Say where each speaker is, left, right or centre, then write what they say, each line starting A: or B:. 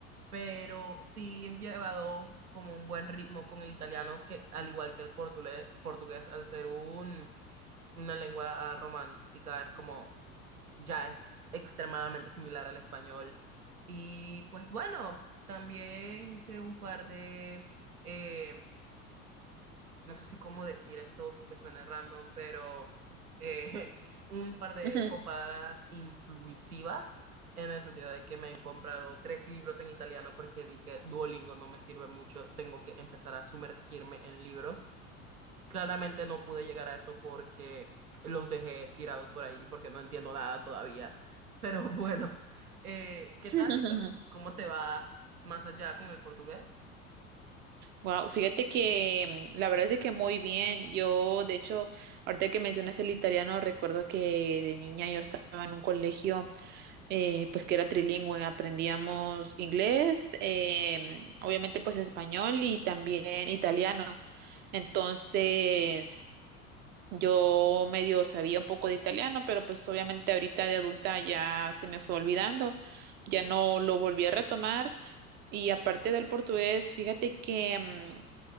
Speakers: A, on the right (about 85°); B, on the right (about 25°).
A: pero sí es llevado como un buen ritmo con el italiano, que al igual que el portule- portugués, al ser un, una lengua romántica, es como ya es extremadamente similar al español. Y pues bueno, también hice un par de, eh, no sé si cómo decir esto sin que suene random, pero eh, <laughs> un par de
B: Ujú.
A: compras impulsivas, en el sentido de que me he comprado tres libros en italiano porque dije, Duolingo no me sirve mucho, tengo que empezar a sumergirme en libros. Claramente no pude llegar a eso porque los dejé tirados por ahí, porque no entiendo nada todavía. Pero <laughs> bueno, eh, ¿qué
B: <laughs>
A: tal? ¿Cómo te va más allá con el portugués?
B: Wow, fíjate que mm, la verdad es de que muy bien. Yo, de hecho, ahorita que mencionas el italiano, recuerdo que de niña yo estaba en un colegio, eh, pues que era trilingüe, aprendíamos inglés, eh, obviamente pues español y también italiano. Entonces, Yo medio sabía un poco de italiano, pero pues obviamente ahorita de adulta ya se me fue olvidando, ya no lo volví a retomar. Y aparte del portugués, fíjate que mm,